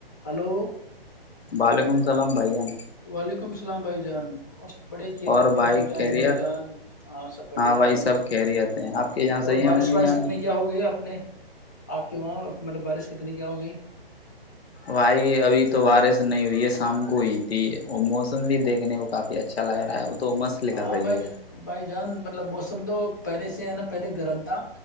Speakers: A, on the left; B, on the left.
A: hello
B: Ballygunge سسلام بھائیان
A: وعلیکم السلام بھائی جان بڑے کھیر
B: اور
A: ات میں
B: بھائی
A: ابو جان
B: خیریت
A: امی جان ہاں سب بڑھیا
B: بھائی
A: امن
B: سب
A: سا
B: خیریت ہیں آپ کے یہاں
A: اور
B: صحیح ہے
A: بارش
B: امی
A: وارش
B: جان
A: کتنے کیا ہو گئے اپنے آپ کے وہاں مطلب بارش کتنی کیا ہو گئی
B: بھائی ابھی تو بارش نہیں ہوئی ہے شام کو ہوئی تھی اور موسم بھی دیکھنے کو کافی اچھا اچھا لگ رہا ہے وہ تو مست ل
A: ہاں
B: کر رہی
A: بھائی
B: ہے
A: بھائی جان مطلب موسم تو پہلے سے ہے نا پہلے گرم تھا